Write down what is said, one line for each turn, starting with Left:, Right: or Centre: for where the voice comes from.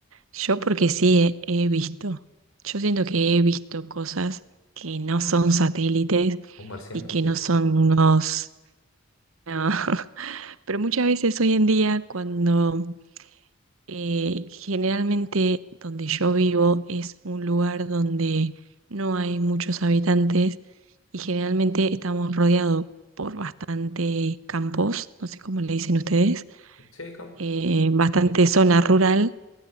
Right: Yo porque sí he, he visto. Yo siento que he visto cosas que no son satélites
Left: Un marciano,
Right: y que
Left: ¿viste?
Right: no son unos... no. <laughs> Pero muchas veces hoy en día cuando Eh, generalmente donde yo vivo es un lugar donde no hay muchos habitantes y generalmente estamos rodeados por bastante campos, no sé cómo le dicen ustedes,
Left: Sí, campo.
Right: eh,
Left: <laughs>
Right: bastante zona rural